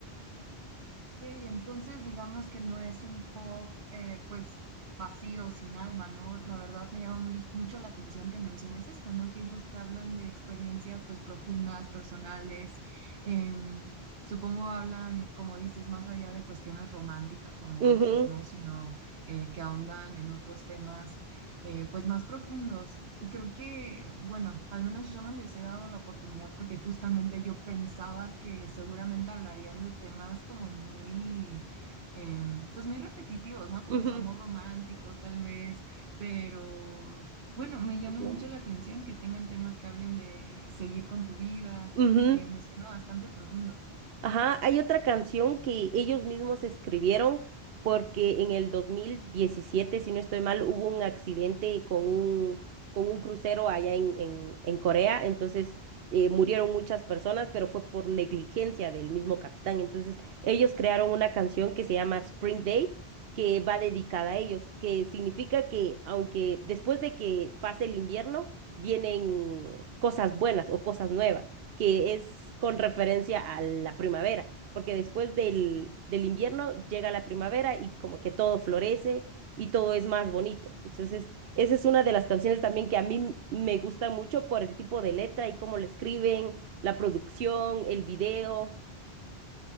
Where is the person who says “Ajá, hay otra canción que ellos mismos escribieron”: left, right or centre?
Right